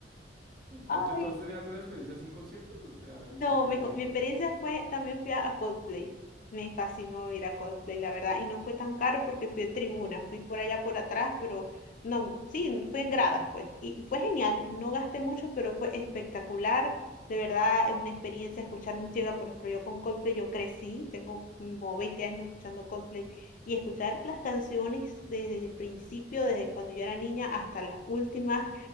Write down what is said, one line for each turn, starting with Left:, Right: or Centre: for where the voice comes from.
Left: Ay,
Right: Ent- ¿Tú has tenido alguna experiencia sin conciertos? O sea,
Left: No,
Right: como que
Left: mi,
Right: te
Left: co-
Right: digan,
Left: mi experiencia fue, también fui a, a Coldplay. Me fascinó ir a Coldplay, la verdad. Y no fue tan caro porque fui a tribuna, fui por allá por atrás, pero no, sí, fue en gradas, pues. Y, y fue genial, no gasté mucho, pero fue espectacular. De verdad, es una experiencia escuchar música. Por ejemplo, yo con Coldplay, yo crecí, tengo como 20 años escuchando Coldplay. Y escuchar las canciones desde el principio, desde cuando yo era niña hasta las últimas.